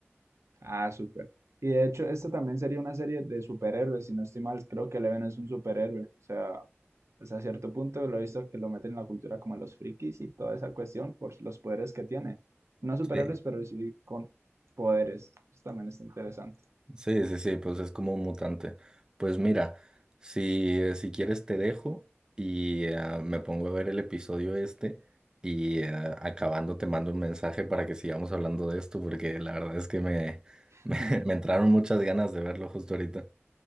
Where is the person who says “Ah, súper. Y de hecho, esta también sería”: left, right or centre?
Right